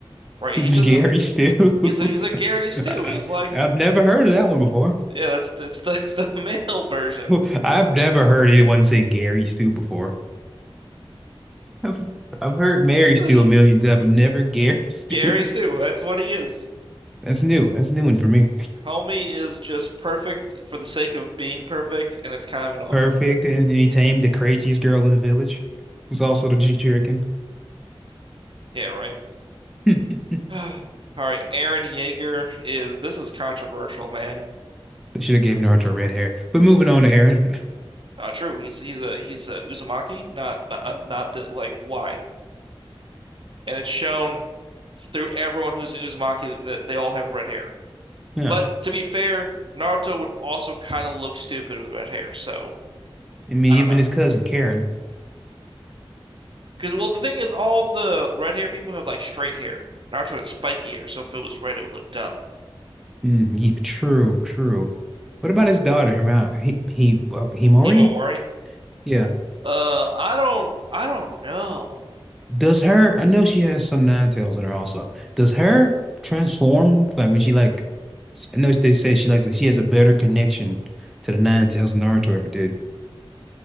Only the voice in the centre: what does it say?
Gary
Stu. <laughs>
I-
I've never heard of that one before.
<laughs> I've never heard anyone say Gary Stu before. I've, I've heard Mary Stu
a million times, but never Gary <laughs> Stu.
That's new. That's a new one for me.
Perfect. And then he tamed the craziest girl in the village, who's also the Jinchurikin.
<laughs>
They should have gave Naruto red hair. But moving on to Aaron.
<laughs> Yeah.
Yeah.
I mean,
even his cousin Karen.
Mm, yeah, true, true. What about his daughter, Hima? He, he, uh, Himori?
Yeah.
Does her, I know she has some nine tails in her also. Does her transform like when she like I know they said she likes she has a better connection to the nine tails than Naruto ever did.